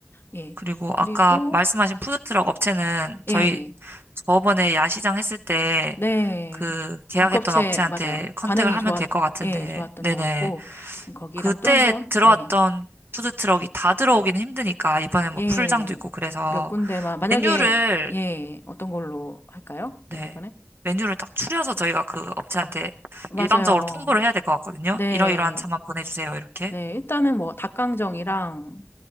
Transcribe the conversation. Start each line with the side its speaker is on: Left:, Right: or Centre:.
Left: 예.
Right: 그리고
Left: 그리고,
Right: 아까 말씀하신 푸드트럭 업체는 저희
Left: 예,
Right: 저번에 야시장 했을 때
Left: 네.
Right: 그 계약했던
Left: 아, 그 업체,
Right: 업체한테
Left: 맞아요.
Right: 컨택을
Left: 반응이
Right: 하면
Left: 좋았,
Right: 될 것 같은데,
Left: 예, 좋았던
Right: 네네.
Left: 것 같고, 거기랑
Right: 그때
Left: 또 한 번,
Right: 들어왔던
Left: 예,
Right: 푸드트럭이 다 들어오기는 힘드니까 이번에 뭐
Left: 예,
Right: 풀장도 있고 그래서
Left: 몇 군데만, 만약에,
Right: 메뉴를
Left: 예, 어떤 걸로 할까요? 그럼
Right: 네
Left: 이번에?
Right: 메뉴를 딱 추려서 저희가 그 업체한테
Left: 맞아요.
Right: 일방적으로 통보를 해야 될 것 같거든요.
Left: 네,
Right: 이러이러한 차만 보내주세요 이렇게
Left: 네. 일단은 뭐, 닭강정이랑